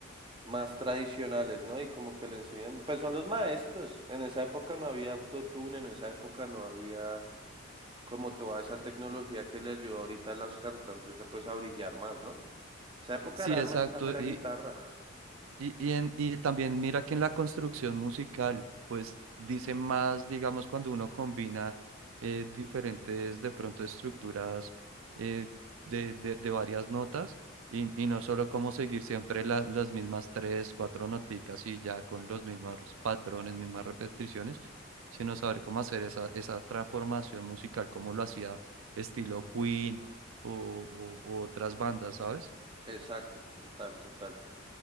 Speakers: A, on the right (about 25°); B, on the right (about 80°).
A: más tradicionales, ¿no? Y como que le enseñan, pues son los maestros. En esa época no había autotune, en esa época no había como toda esa tecnología que le ayuda ahorita a los cantantes a, pues a brillar más, ¿no? Esa época
B: Sí,
A: era
B: exacto.
A: me- la mera
B: Y,
A: guitarra.
B: Y, y, en- y también mira que en la construcción musical, pues dice más, digamos, cuando uno combina eh, diferentes, de pronto, estructuras eh, de, de, de varias notas y, y no solo como seguir siempre la- las mismas tres, cuatro noticas y ya con los mismos patrones, mismas repeticiones, sino saber cómo hacer esa, esa transformación musical, como lo hacía estilo Queen o, o u otras bandas, ¿sabes?
A: Exacto, total, total.